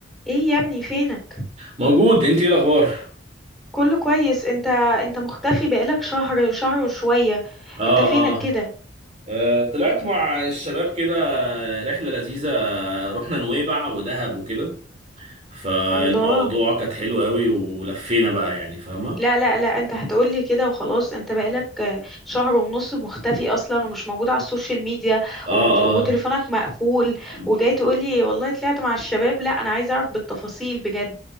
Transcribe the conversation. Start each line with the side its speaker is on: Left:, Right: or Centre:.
Centre: ايه يا ابني فينك
Right: موجود انت ايه الاخبار
Centre: كله كويس انت انت مختفي بقالك شهر شهر وشوية
Right: اه
Centre: انت فينك
Right: اه
Centre: كده
Right: آه، طلعت مع الشباب كده رحله لذيذه رحنا نويبع ودهب وكده فالموضوع
Centre: الله
Right: كانت حلوه قوي ولفينا بقى يعني فاهمه
Centre: لا لا لا انت هتقولي كده وخلاص انت بقالك آه، شهر ونص مختفي اصلا ومش موجود على السوشيال ميديا
Right: اه
Centre: ومت- وتليفونك مقفول
Right: اه
Centre: وجاي تقولي والله طلعت مع الشباب لا انا عايزه اعرف بالتفاصيل بجد